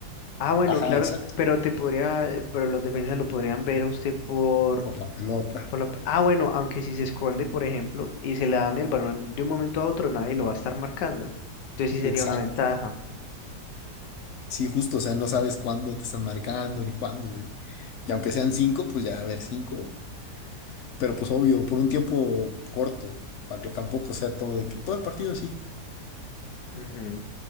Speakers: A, on the left; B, on the left.
A: Ah, bueno,
B: ajá,
A: claro,
B: exacto,
A: pero te podría, eh, pero los defensas lo podrían ver a usted por
B: por la pelota.
A: Por la- Ah, bueno, aunque si se esconde, por ejemplo, y se le dan el balón de un momento a otro, nadie lo va a estar marcando. Entonces sí sería
B: Exacto.
A: una ventaja.
B: Sí, justo, o sea, no sabes cuándo te están marcando ni cuándo. güey. Y aunque sean cinco, pues ya, a ver, cinco. Pero pues obvio, por un tiempo corto, para que tampoco sea todo de que todo el partido sí.
A: Ujú.